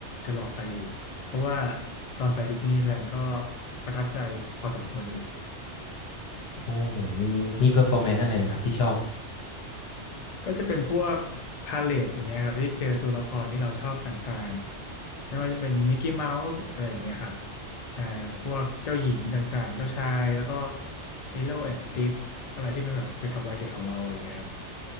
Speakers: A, on the left; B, on the left.
A: จะลองไปอยู่เพราะว่าตอนไปดิสนีย์แลนด์ก็ประทับใจพอสมควรอยู่
B: โอ้มีมีเพอร์ฟอร์แมนซ์อะไรไหมครับที่ชอบ
A: ก็จะเป็นพวกพาเลทอย่างเงี้ยครับที่เจอตัวละครที่เราชอบต่างๆไม่ว่าจะเป็นมิกกี้เมาส์อะไรอย่างเงี้ยครับอ่าพวกเจ้าหญิงต่างๆเจ้าชายแล้วก็ลิโลแอนด์สติทอะไรที่เป็นแบบเกี่ยวกับวัยเด็กของเราอะไรเงี้ยครับ